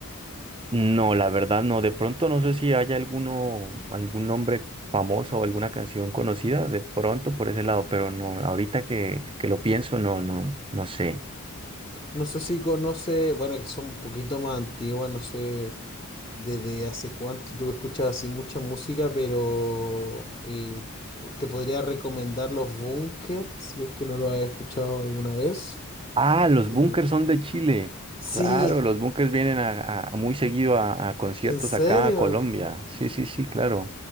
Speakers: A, on the right (about 25°); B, on the left (about 20°).
A: No, la verdad no. De pronto no sé si hay alguno, algún nombre famoso o alguna canción conocida, de pronto por ese lado, pero no, ahorita que, que lo pienso, no, no, no sé.
B: No sé si conoce, bueno, que son un poquito más antiguas, no sé desde hace cuánto tú escuchas así mucha música, pero eh, te podría recomendar los Bunkers, si es que no lo has escuchado alguna vez.
A: Ah, los
B: Eh,
A: Bunkers son de Chile.
B: sí,
A: Claro, los Bunkers vienen a, a- muy seguido a, a conciertos
B: en serio.
A: acá a Colombia. Sí, sí, sí, claro.